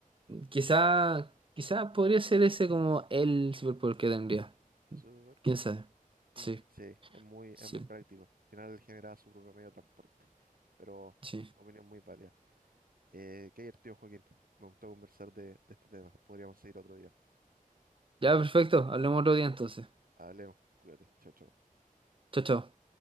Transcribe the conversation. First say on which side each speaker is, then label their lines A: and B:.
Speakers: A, on the right; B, on the right.
A: Quizá, quizá podría ser ese como el superpoder que tendría.
B: eso
A: ¿Quién sabe?
B: mm,
A: Sí,
B: sí, es muy, es
A: sí,
B: muy práctico, al final genera su propio medio de transporte, pero
A: sí.
B: opinión muy válida. Eh, qué divertido, Joaquín. Me gustó conversar de, de este tema. Podríamos seguir otro día.
A: Ya, perfecto. Hablemos otro día entonces.
B: Hablemos. Cuídate. Chao, chao.
A: Chao, chao.